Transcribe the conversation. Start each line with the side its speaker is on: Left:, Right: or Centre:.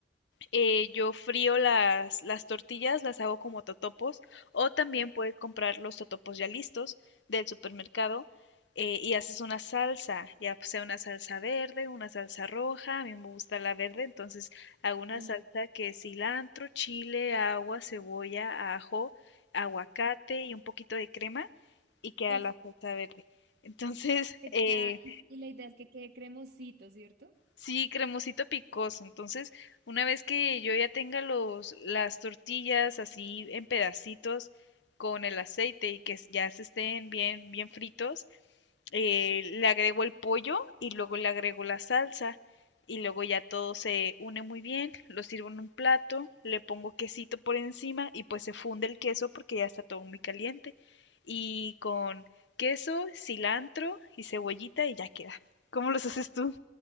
Left: eh, yo frío las, las tortillas, las hago como totopos, o también
Right: Sí.
Left: puedes comprar los totopos ya listos del supermercado eh, y haces una salsa, ya sea una salsa verde, una salsa roja, a mí me gusta la verde, entonces hago una
Right: Ajá.
Left: salsa que es cilantro, chile, agua, cebolla, ajo, aguacate y un poquito de crema y queda
Right: Uf,
Left: la salsa verde. Entonces,
Right: te
Left: <laughs> eh,
Right: queda- y y la idea es que quede cremosito, ¿cierto?
Left: Sí, cremosito picoso. Entonces, una vez que yo ya tenga los, las tortillas así en pedacitos con el aceite y que s- ya se estén bien, bien fritos, eh, le agrego el pollo y luego le agrego la salsa y luego ya todo se une muy bien. Lo sirvo en un plato, le pongo quesito por encima y pues se funde el queso porque ya está todo muy caliente. Y con queso, cilantro y cebollita y ya queda. ¿Cómo los haces tú?